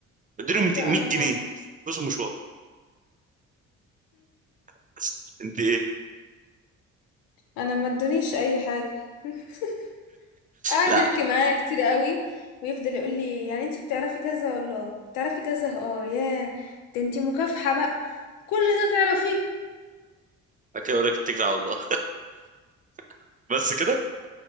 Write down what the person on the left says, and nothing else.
لا
انا ما
<laughs>
انا ما ادونيش اي حاجة <laughs> قعد
يحكي معايا كتير قوي ويفضل يقول لي يعني انت بتعرفي كذا اقول له بتعرفي كذا اه ياه ده انت مكافحة بقى كل ده تعرفيه